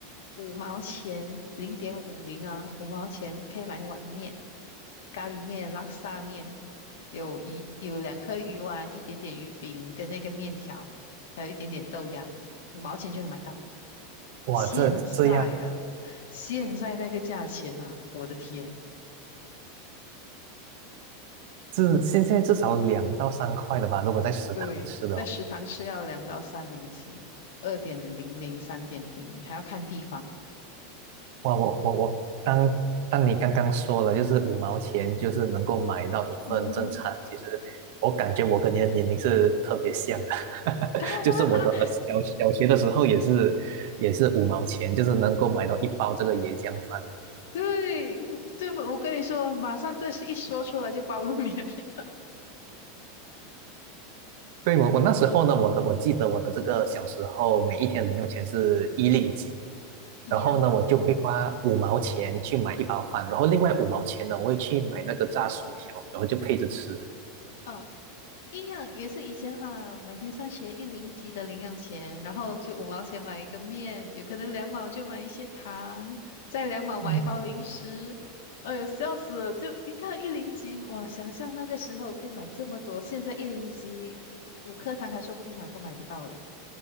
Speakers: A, on the left; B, on the right.
A: 五毛钱，零点五零啊，五毛钱可以买一碗面，咖喱面、拉沙面。有一有两颗鱼丸，一点点鱼饼跟那个面条，还有一点点豆芽，五毛钱就能买到了。
B: 哇，
A: 现在啊，
B: 这这样，
A: 现在那个价钱啊，我的天！
B: 至现在至少两到三块了吧？如果在食堂吃的话，
A: 对，在食堂吃要两到三零几，二点零零、三点零零，还要看地方欸
B: 哇，我我我，当当你刚刚说了，就是五毛钱就是能够买到一份正餐，
A: 嗯哼，
B: 其实我感觉我跟你的年龄是特别像的，<laughs>
A: <laughs>
B: 就是我的小小学的时候也是也是五毛钱，就是能够买到一包这个椰浆饭。
A: 对，这我跟你说，马上这是一说出来就暴露年龄了，
B: 对，我我那时候呢，我的我记得我的这个小时候每一天零用钱是一令几，
A: 一样。
B: 然后呢，我就会花五毛钱去买一包饭，然后另外五毛钱呢，我会去买那个炸薯条，然后就配着吃。
A: 嗯、一样也是以前啊，每天上学一零级的零用钱，然后就五毛钱买一个面，有可能两毛就买一些糖，再两毛买一包零食。
B: 嗯
A: 哎呦，笑死了！就你看一零级，哇，想象那个时候可以买这么多，现在一零级五颗糖还说不定买不买得到嘞。